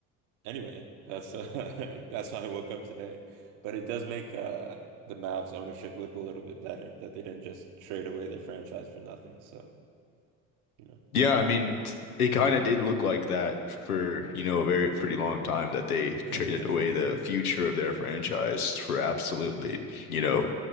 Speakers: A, on the right; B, on the left.
A: Anyway, that's uh, <laughs> that's how I woke up today. But it does make uh, the Mavs ownership look a little bit better that they didn't just trade away their franchise for nothing. So, you know.
B: Yeah, I mean, t- it kind of did look like that for, you know, a very pretty long time that they traded
A: <laughs>
B: away the future of their franchise for absolutely, you know,